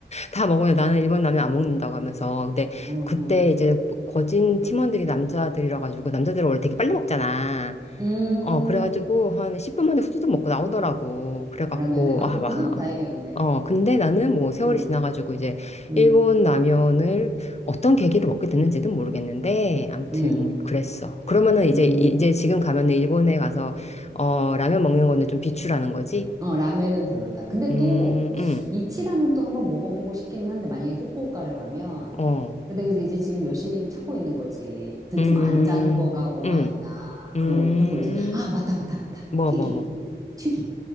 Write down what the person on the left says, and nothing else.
다 먹으면 나는 일본 라면 안 먹는다고 하면서. 근데
그때 이제 뭐 거진 팀원들이 남자들이라 가지고, 남자들은 원래 되게 빨리 먹잖아.
어, 그래가지고 한 10분 만에 후두둑 먹고 나오더라고. 그래갖고,
아,
와.
아.
어, 근데 나는 뭐 세월이
지나가지고 이제
일본 라면을 어떤 계기로 먹게 됐는지는 모르겠는데, 암튼
그랬어. 그러면은 이제,
이제 지금 가면은 일본에 가서, 어, 라면 먹는 거는 좀 비추라는 거지?
음,
음,
어,
음,
음,
음,
뭐,
뭐, 뭐.